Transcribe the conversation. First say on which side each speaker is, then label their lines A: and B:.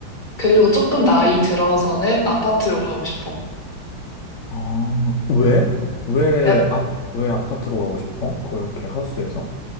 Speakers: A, on the left; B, on the left.
A: 그리고 조금 나이 들어서는 아파트로 가고 싶어.
B: 아, 왜? 왜
A: 약-
B: 아, 왜 아파트로 가고 싶어? 그렇게 하우스에서?